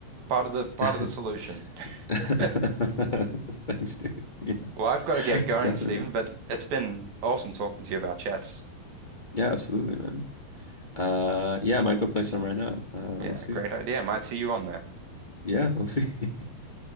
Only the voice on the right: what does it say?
Part of the part
of the solution. <laughs>
Well, I've got to get going,
Stephen,
but it's been awesome talking to you about chess.
Yeah,
great idea. Might see you on there.